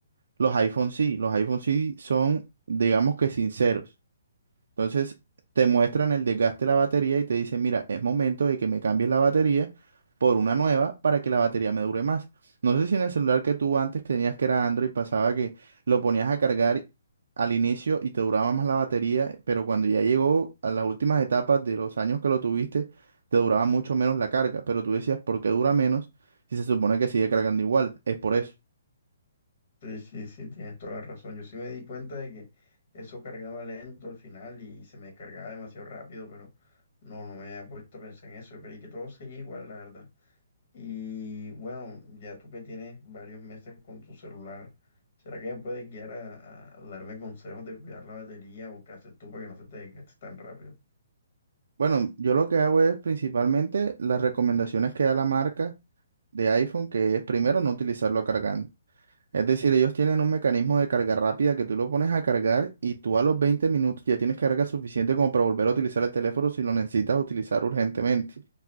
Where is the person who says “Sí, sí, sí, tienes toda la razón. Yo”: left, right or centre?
Left